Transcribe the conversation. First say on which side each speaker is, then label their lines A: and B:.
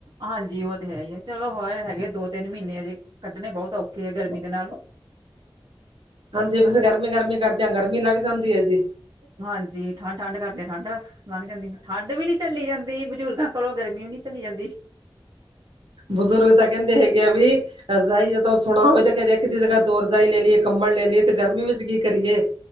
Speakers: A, on the right; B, on the right.
A: ਹਾਂਜੀ ਉਹ ਤੇ ਹੈ ਹੀ ਹੈ ਚਲੋ ਹੋਏ ਹੈਗੇ ਦੋ ਤਿੰਨ ਮਹੀਨੇ ਆ ਜੇ ਕੱਢਣੇ ਬਹੁਤ ਔਖੇ ਆ ਗਰਮੀ ਦੇ ਨਾਲ।
B: ਹਾਂਜੀ ਬਸ ਗਰਮੀ -ਗਰਮੀ ਕਰਦਿਆਂ ਗਰਮੀ ਲੱਗ ਜਾਂਦੀ ਹੈ ਜੀ।
A: ਹਾਂਜੀ ਠੰਡ ਠੰਢ ਕਰਦੇ ਠੰਡ ਲੱਗ ਜਾਂਦੀ ਠੰਡ ਵੀ ਨੀ ਚੀ ਜਾਂਦੀ। ਬਜ਼ੁਰਗਾਂ ਕਰੋਂ ਗਰਮੀ ਵੀ ਨੀ ਝੱਲੀ ਜਾਂਦੀ।
B: ਬਜ਼ੁਰਗ ਤਾਂ ਕਹਿੰਦੇ ਹੈਗੇ ਆ ਵੀ। ਰਜਾਈ ਜਦੋਂ ਸੁਣਾ ਹੋਵੇ ਤਾਂ ਕ ਇੱਕ ਦੀ ਜਗਾ ਦੋ ਰਜਾਈ ਲੈ ਲਈਏ ਕੰਬਲ ਲੈ ਲਈਏ, ਤੇ ਗਰਮੀ ਵਿੱਚ ਕਰੀਏ